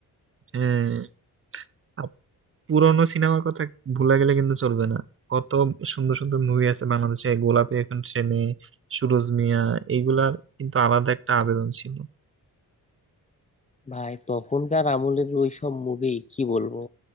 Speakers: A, on the right; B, on the left.
A: হ্যাঁ আর পুরোনো সিনেমার কথা ভুলে গেলে কিন্তু চলবে না কত সুন্দর সুন্দর মুভি আছে বাংলাদেশে গোলাপী এখন ট্রেনে সুরজ মিয়া এইগুলার কিন্তু আলাদা একটা আবেদন ছিল
B: ভাই তখনকার আমলের ওই সব মুভি কি বলবো